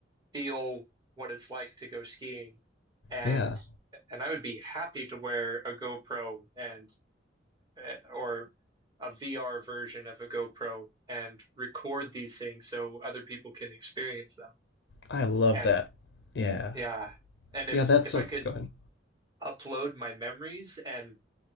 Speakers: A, on the right; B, on the left.
A: feel what it's like to go skiing. And
B: yeah,
A: and I would be happy to wear a GoPro and eh, or a VR version of a GoPro and record these things so other people can experience them.
B: I love
A: And
B: that. Yeah,
A: yeah, and if
B: yeah, that's
A: if
B: so.
A: I could
B: Go ahead.
A: upload my memories and